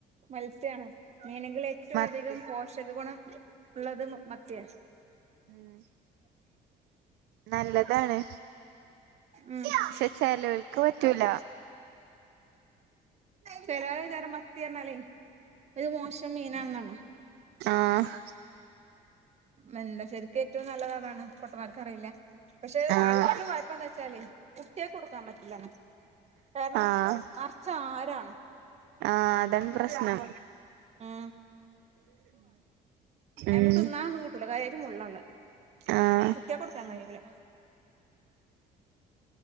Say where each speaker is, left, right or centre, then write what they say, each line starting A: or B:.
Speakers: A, on the right; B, on the right.
A: മത്സ്യമാണ്െങ്ക <unintelligible> ഏറ്റവും
B: മത്തി
A: അധികം പോഷക ഗുണം ഉള്ളത് മത്തിയാ.
B: ഉം നല്ലതാണ്.
A: ഉം
B: പക്ഷെ ചെലോൽക്ക് പറ്റൂല.
A: ചേലോരെ വിചാരം മത്തി റഞ്ഞല്ലേ ഒരു മോശം മീനാണെന്നാണ്.
B: ആഹ്
A: അല്ല ശരിക്കും ഏറ്റവും നല്ലത് അതാണ്. പൊട്ടമാർക്ക് അറിയില്ല പക്ഷെ
B: ആഹ്
A: ആൾപ്പാടുള്ള വായ്പ എന്താ വച്ചാല് കുട്ടിയ കൊടുക്കാൻ പറ്റില്ലന്ന്. കാരണം
B: ആഹ്
A: നർച്ച ആരാണ്?
B: ആഹ് അതാണ് പ്രശ്നം.
A: ഉം
B: ഉം
A: അ്മ തിന്നന്നും കുട്ടൂല കയം മുള്ളള്ള
B: ആഹ്
A: കുട്ടിയെ കൊടുക്കാൻ കയൂല.